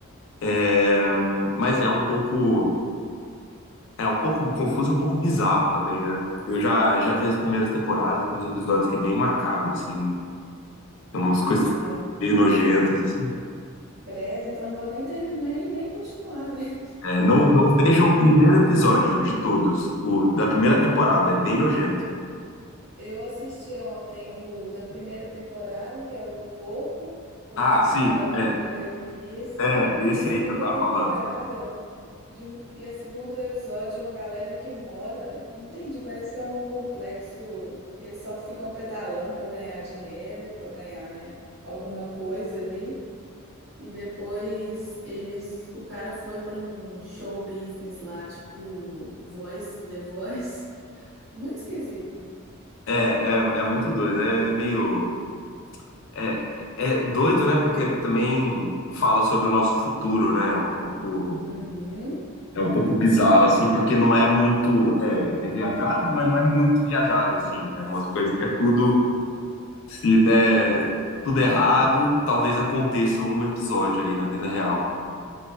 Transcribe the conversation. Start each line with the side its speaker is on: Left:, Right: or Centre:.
Left: É, mas é um pouco, é um pouco confuso, um pouco bizarro também, né? Eu já, já vi as primeiras temporadas, tem uns episódios que é bem macabro, assim, tem umas
Right: Ah,
Left: coisas meio nojentas, assim.
Right: Credo, então não vou nem terminar, nem, nem continuar, <laughs> velho.
Left: É, não, não veja o primeiro episódio de todos, o da primeira temporada, é bem nojento.
Right: Eu assisti ontem o da primeira temporada, que é o do porco, com
Left: Ah,
Right: o
Left: sim,
Right: cara lá
Left: é,
Right: do primeiro-ministro,
Left: é, esse
Right: e a segunda
Left: aí que eu tava
Right: temporada
Left: falando.
Right: de um, e a segundo episódio de uma galera que mora. Não Entendi, parece que é um complexo que eles só ficam pedalando para ganhar dinheiro, para ganhar, né, alguma coisa ali. E depois eles, o cara foi para um show business lá, tipo Voice, The Voice. Muito esquisito.
Left: É, é, é muito doido, é meio. É, é doido, né? Porque também fala sobre o nosso futuro, né? Um pouco
Right: Uhum.
Left: É um pouco bizarro, assim, porque não é muito. É, é viajado, mas não é muito viajado, assim, né? É Umas coisas que é tudo. Se der
Right: Atual.
Left: tudo errado, talvez aconteça um episódio aí na vida real.